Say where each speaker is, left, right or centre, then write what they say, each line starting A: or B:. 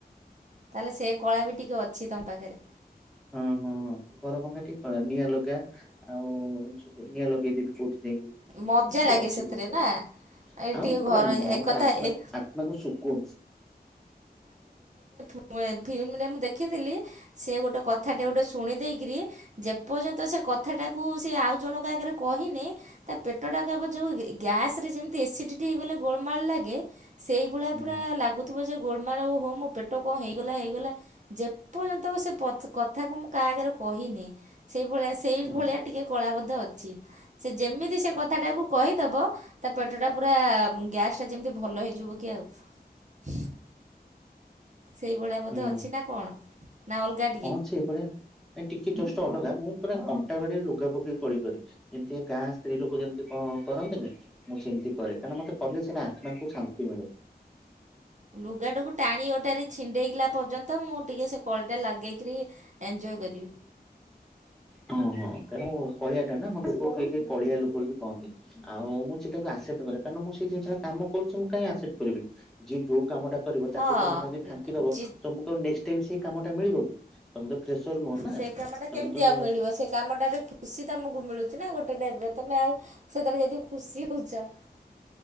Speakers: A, on the right; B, in the centre.
A: ତାହେଲେ ସେ କଳା ବି ଟିକେ ଅଛି ତମ ପାଖରେ।
B: ହଁ ହଁ। ଘର ଭଙ୍ଗା ଠିକ କ ନିଆଁ ଲଗା ଆଉ ଏ ସବୁ ନିଆଁ ଲଗେଇ ଦେବି ଯୋଉଠି। ଯାଇକି ଏ
A: ମଜା
B: ସବୁ
A: ଲାଗେ
B: ଅଛି
A: ସେଥିରେ
B: ଜିନିଷ।
A: ନା ଏ
B: ଆଉ
A: ଟିକେ
B: ପୁରା
A: ଘର
B: ମଣିଷ
A: ଏକଥା
B: ଆତ୍ମା
A: ଏ
B: ଆତ୍ମାକୁ ଶଖ
A: ଏ ଫିଲ୍ମରେ ମୁଁ ଦେଖିଥିଲି ସେ ଗୋଟେ କଥାଟେ
B: ହୁଁ
A: ଗୋଟେ ଶୁଣି ଦେଇକରି ଯେପର୍ଯ୍ୟନ୍ତ ସେ କଥାଟାକୁ ସେ ଆଉ ଜଣଙ୍କ ଆଗରେ ରେ କହିନି ତା ପେଟଟା କହିବ ଯୋଉ ଗ୍ୟାସ ରେ ଯେମିତି ଏସିଡିଟି ହେଇଗଲେ ଗୋଳମାଳ ଲାଗେ। ସେହି ଭଳିଆ
B: ହୁଁ
A: ପୁରା ଲାଗୁଥିବ ଯେ ଗୋଳମାଳ ହଉ ମୋ ପେଟ। ପେଟ କଣ ହେଇଗଲା ହେଇଗଲା ଯେପର୍ଯ୍ୟନ୍ତ ସେ କଥା କୁ ମୁଁ କାହା ଆଗରେ କହିନି। ସେହି ଭଳିଆ ସେହି
B: ହୁଁ
A: ଭଳିଆ ଟିକେ କଳା ବଧେ ଅଛି ସେ ଯେମିତି ସେ କଥାଟାକୁ କହିଦବ ତା ପେଟ ଟା ପୁରା ଗ୍ୟାସ ଟା ଯେମିତି ଭଲ ହେଇଯିବ କି ଆଉ। <unintelligible> ସେଇଭଳିଆ ବୋଧେ
B: ହୁଁ
A: ଅଛି ନା କଣ? ନା ଅଲଗା ଟିକେ?
B: ହଁ ସେଇଭଳିଆ ଟିକେ ଜଷ୍ଟ ଅଲଗା ମୁଁ ପୁରା କଣ୍ଟା ବାଡିରେ ଲୁଗା ପକେଇକି କଳି କରେ ଯେମିତିକା ଗାଁ ସ୍ତ୍ରୀ ଲୋକ ଯେମିତି କରନ୍ତିନି ମୁଁ ସେମିତି ତି କରେ କାହିଁକି ନା ମତେ କଲେ ସେଟା ଆତ୍ମାକୁ ଶାନ୍ତି ମିଳେ।
A: ଲୁଗାଟାକୁ ଟାଣି ଅଟାରି ଛିଣ୍ଡେଇଲା ପର୍ଯ୍ୟନ୍ତ ମୁଁ ଟିକେ ସେ କଳି ଟା ଲଗେଇକରି ଏ ଜୟ କରିବି।
B: ହଁ ହଁ କାଇଁକିନା ମୁଁ କଳିଆ ଟା ନା ମୋତେ ଲୋକ କେହି କେହି କଳିଆ ଲୋକ ବି କହନ୍ତି ଆଉ ମୁଁ ସେଟାକୁ ଆସ ସେତପରେ କାରଣ ମୁଁ ସେ ଜିନିଷ ଟା କାମ କରୁଛି ମୁଁ କାଇଁ ଆକସେପ୍ଟ କରିବିନି ଯିଏ ଯୋଉ କାମଟା କରିବ
A: ହଁ
B: ତାକୁ ତମେ ଯଦ ଫାଙ୍କି ଦବ
A: ଜି
B: ତ ତମକୁ ଆଉ ନେକ୍ସଟ ଟାଇମ ସେହି କାମ ଟା ମିଳିବ କି ତମେ ତ ଫ୍ରେସର ନୁହଁ ନା
A: ସେଇ କାମଟା କେମିତି
B: ତମେ ତ
A: ଆଉ ମିଳିବ ସେ କାମଟାରେ ଖୁସି ତମକୁ ମିଳୁଛି ନା ଗୋଟେ ଟାଇପରେ ତମେ ଆଉ ସେଥିରେ ଯଦି ଖୁସି ହଉଛ। <unintelligible>